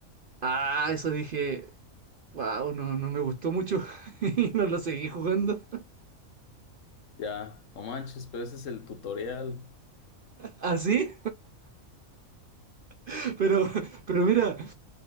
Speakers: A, on the right; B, on the left.
A: ah, eso dije, wow, no, no me gustó mucho <laughs> y no lo seguí jugando
B: ya, no manches, pero ese es el tutorial.
A: así. <laughs> Pero, pero mira,